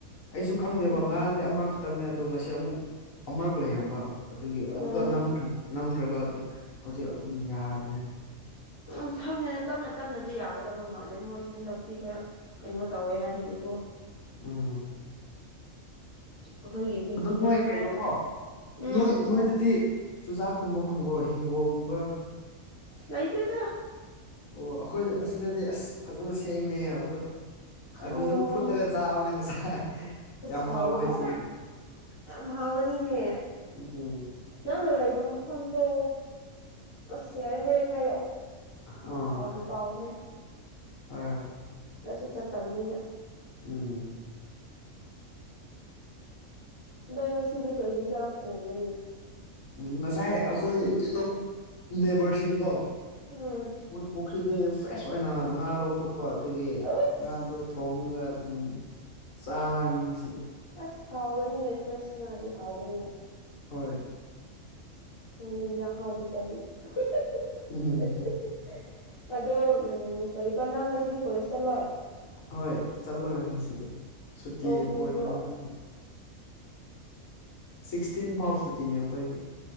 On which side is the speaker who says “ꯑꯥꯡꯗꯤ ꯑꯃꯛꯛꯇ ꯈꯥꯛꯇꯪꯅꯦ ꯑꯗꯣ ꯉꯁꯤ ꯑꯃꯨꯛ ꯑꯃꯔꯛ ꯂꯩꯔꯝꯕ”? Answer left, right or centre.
Left